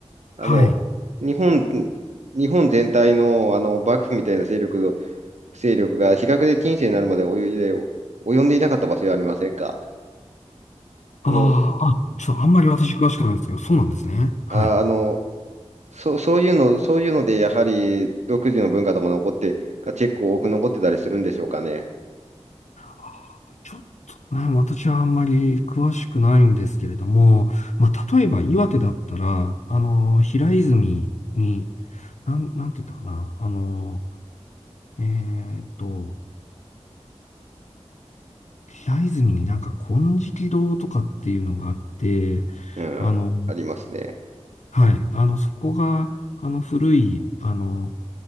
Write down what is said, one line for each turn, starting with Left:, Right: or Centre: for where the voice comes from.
Right: あの、
Left: はい。
Right: 日本、日本全体の、あの、幕府みたいな勢力の、勢力が、比較で近世になるまで及いで、及んでいなかった場所はありませんか
Left: ああ、
Right: あの、
Left: あ、ちょっとあんまり私詳しくないんですけど、そうなんですね。はい。
Right: あ、あの、そう、そういうの、そういうので、やはり独自の文化とか残って、が結構多く残ってたりするんでしょうかね。
Left: あーちょっとね、私はあんまり詳しくないんですけれども、まあ、例えば岩手だったら、あの、平泉に、なん、なんて言ったかな、あの、えーっと、平泉になんか金色堂とかっていうのがあって、
Right: うん、
Left: あの、
Right: ありますね。
Left: はい、あの、そこが、あの、古い、あの、